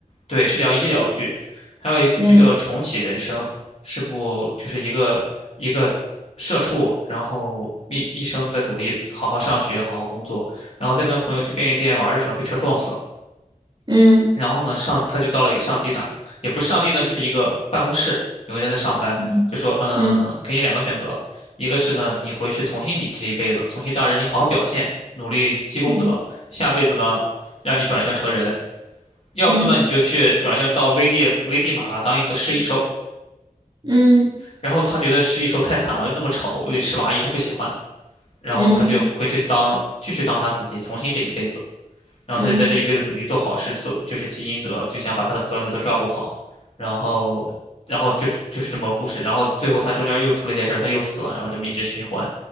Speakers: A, on the left (about 50°); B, on the right (about 30°).
A: 对，是聊医疗剧，还有一部剧叫做《重启人生》，
B: 嗯
A: 是部就是一个一个社畜，然后一一生都在努力，好好上学，好好工作，然后再跟朋友去便利店玩的时候被车撞死了，
B: 嗯
A: 然后呢上他就到了一个上帝那儿，也不是上帝呢，就是一个办公室，有个人在那上班，
B: 嗯
A: 就说嗯，
B: 嗯
A: 给你两个选择，一个是呢你回去重新你这一辈子，重新当人，你好好表现，努力积功德，
B: 嗯
A: 下辈子呢。让你转生成人，要不呢你就去转身到危地危地马拉当一个食蚁兽，
B: 嗯嗯嗯
A: 然后他觉得食蚁兽太惨了，又那么丑，又得吃蚂蚁，他不喜欢，然后他就回去当继续当他自己，
B: 嗯
A: 重新这一辈子，然后他就在这一辈子努力做好事，
B: 嗯
A: 做就是积阴德，就想把他的朋友们都照顾好，然后然后就就是这么个故事，然后最后他中间又出了一些事儿，他又死了，然后这么一直循环，